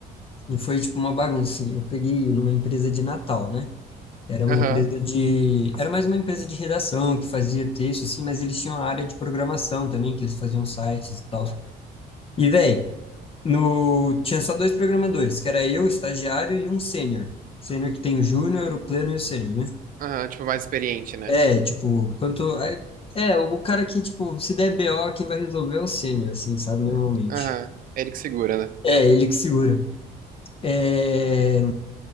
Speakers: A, on the left; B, on the right.
A: E foi, tipo, uma baguncinha. Eu peguei numa empresa de Natal, né? Era uma
B: Aham.
A: empresa de. Era mais uma empresa de redação, que fazia texto, assim, mas eles tinham a área de programação também, que eles faziam sites e tal. E, véi, no... tinha só dois programadores, que era eu, o estagiário, e um sênior. Sênior que tem o júnior, o pleno e o sênior, né?
B: Aham. Tipo, mais experiente, né
A: É, tipo, quanto. É, é, o cara que, tipo, se der BO, quem vai resolver é o sênior, assim, sabe? Normalmente.
B: Aham. É ele que segura, né?
A: É, ele que segura. É,